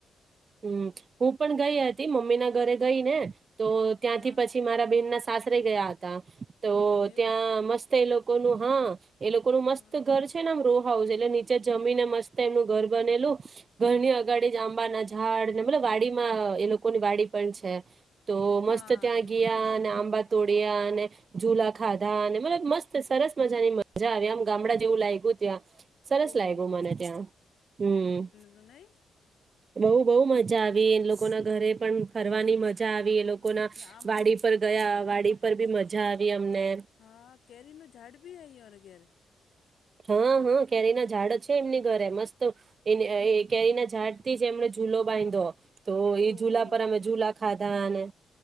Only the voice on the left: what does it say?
હા
એવું
હા
હા
એવું
હે
ઓહો
હને.
ને આમ
હા કેરી ન ઝાડ ભી આઈ હો ઘેર.
ઓહો